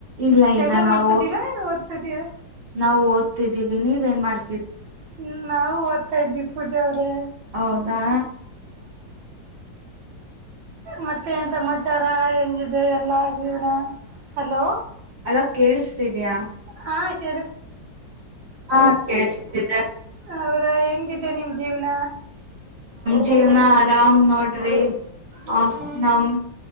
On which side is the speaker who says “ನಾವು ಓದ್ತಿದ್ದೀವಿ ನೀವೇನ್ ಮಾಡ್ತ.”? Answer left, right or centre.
Right